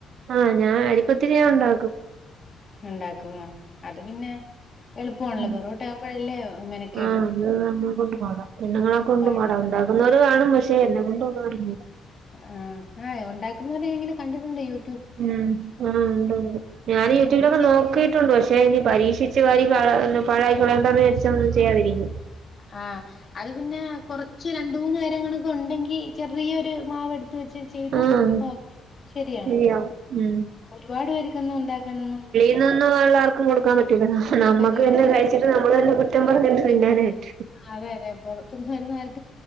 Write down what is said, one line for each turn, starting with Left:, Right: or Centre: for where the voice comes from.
Right: ആഹ് ഞാൻ അരിപ്പത്തിരി ഞാൻ ഉണ്ടാക്കും.
Left: ഉണ്ടാക്കും അത് പിന്നെ എളുപ്പമാണല്ലോ
Right: ഉം
Left: പൊറോട്ട ആകുമ്പോഴല്ലേ മെനക്കേട്
Right: ആഹ് അത് മ്മളെ കൊണ്ട്പാടാ പെണ്ണുങ്ങളെ കൊണ്ട്പാടാ
Left: പാടാണ്
Right: ഉണ്ട ക്കുന്നോർ കാണും പക്ഷെ എന്നെ കൊണ്ട് ഒന്നും അറിഞ്ഞൂടാ.
Left: ആഹ് ആഹ് ഉണ്ടാക്കുന്നവരെ ഞാൻ ഇങ്ങനെ കണ്ടിട്ടുണ്ടെയ് യു
Right: ഉം ആഹ് ഉണ്ട് ണ്ട് ഞാൻ യൂട്യൂബിലൊക്കെ
Left: അത് ചെറിയ
Right: നോക്കി ട്ടുണ്ട് പക്ഷെ ഇനി പരീക്ഷിച്ച് അരി പഴായി കളയേണ്ടാന്ന് വിചാരിച്ച് ഒന്നും ചെയ്യാതിരിക്കും.
Left: ആഹ് അത് പിന്നെ കൊറച്ച് രണ്ട് മൂന്ന് പേരങ്ങാണൊക്കെ ഉണ്ടെങ്കി ചെറിയൊരു മാവ് എടുത്ത് വെച്ച് ചെയ്ത
Right: ആഹ്
Left: ഓകേ ശരിയാണ്.
Right: <unintelligible> ഉം
Left: ഒരുപാട് പേർക്കൊന്നും ഉണ്ടാക്കാനൊന്നും
Right: ആഹ് എല്ലാർക്കും കൊടുക്കാൻ പറ്റൂല്ല നമ്മക്കന്നെ
Left: പറ്റൂല
Right: കഴിച്ചിട്ട് നമ്മളന്നെ കുറ്റം പറഞ്ഞിട്ട് തിന്നാനെ പറ്റു.
Left: അതെ അതെ പുറത്തുന്ന് വരുന്ന ആരും